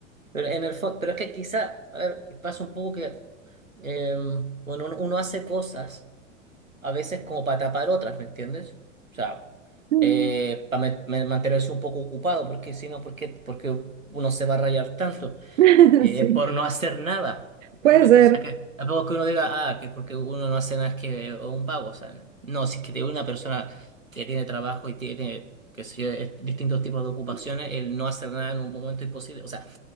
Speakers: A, on the right; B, on the right.
A: Pero en el fo- pero es que quizá, a ver, pasa un poco que, eh, bueno, uno, uno hace cosas a veces como para tapar otras, ¿me entiendes? O sea,
B: Mm.
A: eh, para mantenerse un poco ocupado, porque si no, ¿por qué, por qué uno se va a rayar tanto?
B: <laughs>
A: eh,
B: Sí,
A: por no hacer nada. De
B: puede
A: repente,
B: ser,
A: o sea, que tampoco es que uno diga, ah, que porque uno no hace nada es que es un vago. O sea, no, si es que te- una persona que tiene trabajo y tiene, qué sé yo, eh, distintos tipos de ocupaciones, el no hacer nada en un momento es imposible. O sea,